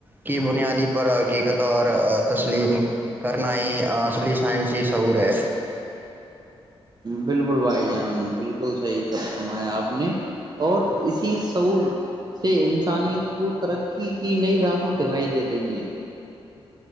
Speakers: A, on the right (about 20°); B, on the right (about 40°).
A: کی بنیادی پر حقیقت اور تسلیم کرنا ہی اصلی سائنسی سعور ہے
B: بالکل بھائی جان بالکل بالکل صحیح فرمایا آپ نے اور اسی سعور سے انسانیت کو ترقی کہ کہ نئی رہو دکھائی دے دی ہیں